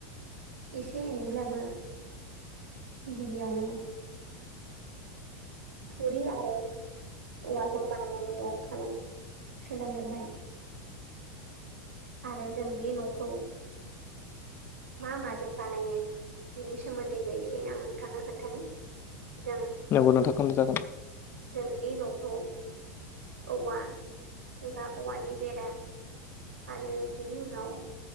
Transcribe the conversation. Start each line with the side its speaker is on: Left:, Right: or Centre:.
Right: एसे-एनैब्लाबो गिबियावनो थुरि आरो औवाजों बानायनाय न'आव थानो सोलोंगोरबाय आरो जों बे न'खौ मा माजों बानायो बिनि सोमोन्दैबो एसे आं नोंथांनो खोन्थानि जों
Left: नोंगौ नोंथां खोन्थाजागोन।
Right: जों बे न'खौ औवा एबा औवानि बेरा आरो बेनि उनाव